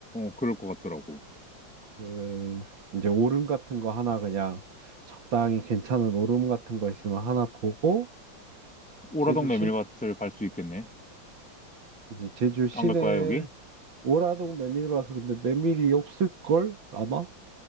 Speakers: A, in the centre; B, on the right.
A: 그럴 것 같더라고.
B: 그 이제 오름 같은 거 하나 그냥 적당히 괜찮은 오름 같은 거 있으면 하나 보고
A: 오라동
B: 제주 시내
A: 메밀밭을 갈 수 있겠네.
B: 이제 제주 시내
A: 안 갈 거야, 여기?
B: 오라동 메밀 봐서 근데 메밀이 없을 걸 아마